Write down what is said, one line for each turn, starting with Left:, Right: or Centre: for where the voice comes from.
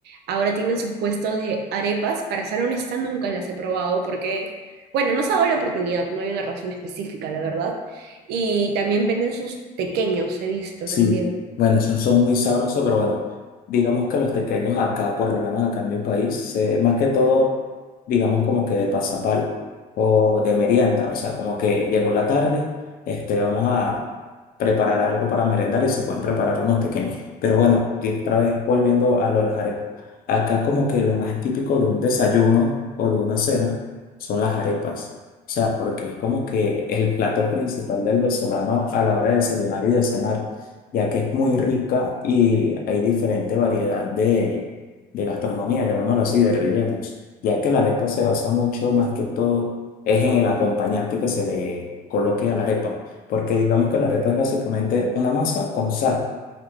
Right: ahora tienen sus puestos de arepas. Para ser honesta, nunca las he probado porque, bueno, no se ha dado la oportunidad, no hay una razón específica, la verdad. Y también venden sus pequeños, he visto
Left: Sí,
Right: también.
Left: bueno, esos son muy sabrosos, pero bueno, digamos que los tequeños acá, por lo menos acá en mi país, se- más que todo, digamos como que de pasapalo o de merienda, o sea, como que llegó la tarde, este, vamos a preparar algo para merendar y se pueden preparar unos tequeños. Pero bueno, y otra vez volviendo a lo de las arepas. Acá como que lo más típico de un desayuno o de una cena son las arepas. O sea, porque es como que el plato principal del venezolano a la hora de desayunar y de cenar ya que es muy rica y hay diferente variedad de, de gastronomía, llamémoslo así, de rellenos, ya que la arepa se basa mucho más que todo es en el acompañante que se le coloque a la arepa, porque digamos que la arepa es básicamente una masa con sal,